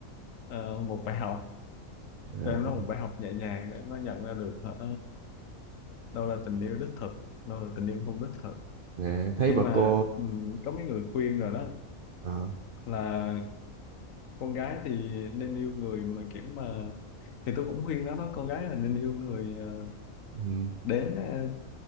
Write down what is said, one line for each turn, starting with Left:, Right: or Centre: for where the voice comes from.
Left: ờ, một bài học
Right: à,
Left: cho em nó một bài học nhẹ nhàng để em nó nhận ra được hả, đâu là tình yêu đích thực đâu là tình yêu không đích thực
Right: nè, thấy
Left: nhưng
Right: bà
Left: mà
Right: cô
Left: ừm, có mấy người khuyên rồi đó
Right: ờ,
Left: là con gái thì nên yêu người mà kiểu mà thì tôi cũng khuyên nó đó con gái là nên yêu người ờ,
Right: ừ.
Left: đến ờ,